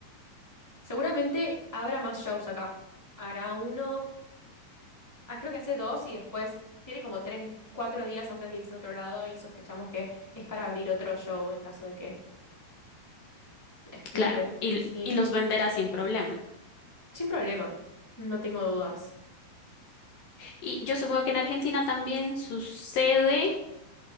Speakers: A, in the centre; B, on the left.
A: Seguramente habrá más shows acá. Hará uno, ah, creo que hace dos y después tiene como tres, cuatro días antes de irse a otro lado y sospechamos que es para abrir otro show en caso de que exploten.
B: Claro. Y,
A: Sí,
B: y los venderá sin problema.
A: sin problema, no tengo dudas.
B: Y yo supongo que en Argentina también sucede,